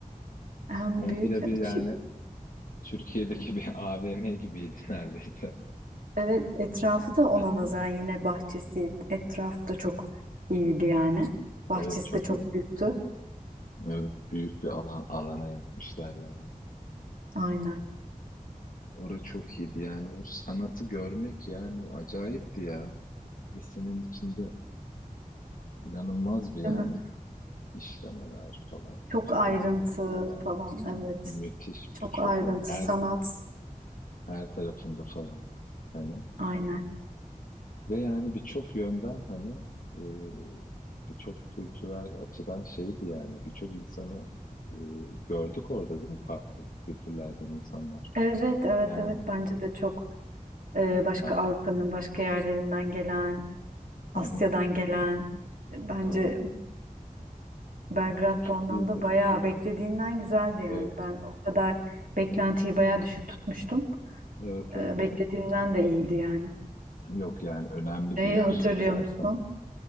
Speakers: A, on the right; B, on the left.
A: Hem
B: Komple
A: büyük
B: bir
A: içi
B: yani Türkiye'deki bir <laughs> AVM gibiydi neredeyse.
A: evet etrafı da ona
B: <laughs>
A: nazaran yine bahçesi etraf da çok iyiydi yani. Bahçesi
B: Evet çok
A: de çok
B: iyi.
A: büyüktü.
B: Evet, büyük bir alan alana yapmışlar yani.
A: Aynen.
B: Orası çok iyiydi yani. O sanatı görmek yani acayipti ya. Lisenin içinde inanılmaz bir yani
A: Değil mi?
B: işlemeler falan,
A: Çok
B: figürler
A: ayrıntı
B: falan.
A: falan
B: mü-
A: evet.
B: Müthiş
A: Çok
B: birçok
A: ayrıntı
B: yani her
A: sanat.
B: her tarafında falan. Hani
A: Aynen.
B: Ve yani birçok yönden hani e, birçok kültürel açıdan şeydi yani birçok insanı e, gördük orada değil mi? Farklı kültürlerden insanlar.
A: Evet evet
B: Yani
A: evet bence de çok e, başka
B: aynen.
A: Avrupa'nın başka yerlerinden gelen, Asya'dan
B: Hı hı,
A: gelen e, bence
B: aynen.
A: Belgrad
B: Çok
A: bu anlamda
B: iyiydi.
A: bayağı beklediğimden güzeldi yani.
B: Evet,
A: Ben o kadar beklentiyi bayağı düşük tutmuştum.
B: evet, evet.
A: Ee, beklediğimden de iyiydi yani.
B: <clears throat> Yok yani önemli
A: Şeyi
B: bir yer
A: hatırlıyor
B: zaten.
A: musun?